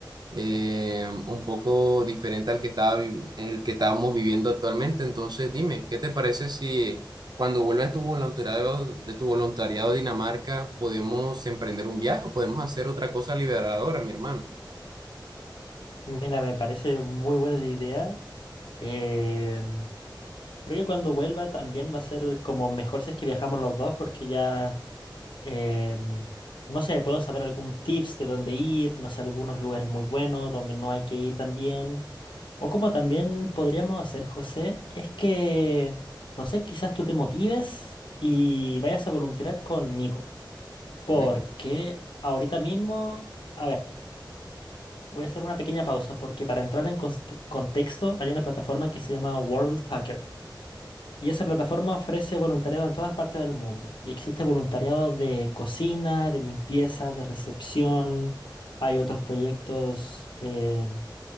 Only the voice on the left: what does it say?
Mira, me parece muy buena la idea. Em, creo que cuando vuelva también va a ser como mejor si es que viajamos los dos porque ya... Em, no sé, puedo saber algún tips de dónde ir, no sé, algunos lugares muy buenos donde no hay que ir también. O como también podríamos hacer, José, es que, no sé, quizás tú te motives y vayas a voluntariar conmigo. Porque
ahorita mismo, a ver, voy a hacer una pequeña pausa porque para entrar en const- contexto hay una plataforma que se llama Worldpacker. Y esa plataforma ofrece voluntariado en todas partes del mundo. Y existe voluntariado de cocina, de limpieza, de recepción. Hay otros proyectos eh,